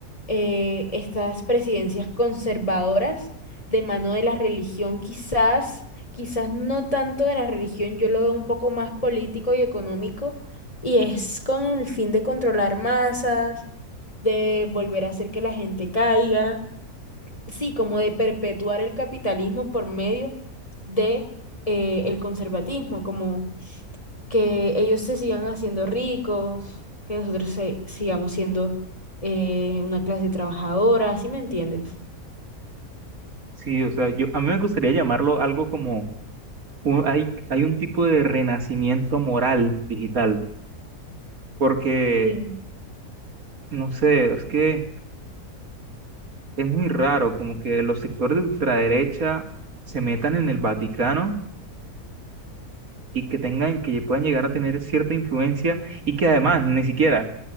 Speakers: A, on the left; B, on the right.
A: eh, estas presidencias conservadoras de mano de la religión, quizás, quizás no tanto de la religión, yo lo veo un poco más político y económico, y es con el fin de controlar masas, de volver a hacer que la gente caiga, sí, como de perpetuar el capitalismo por medio de eh, el conservatismo, como que ellos se sigan haciendo ricos, que nosotros se- sigamos siendo eh, una clase trabajadora, ¿sí me entiendes?
B: Sí, o sea, yo, a mí me gustaría llamarlo algo como, un- hay, hay un tipo de renacimiento moral digital, porque,
A: Sí.
B: no sé, es que es muy raro como que los sectores de ultraderecha se metan en el Vaticano y que tengan, que puedan llegar a tener cierta influencia y que además ni siquiera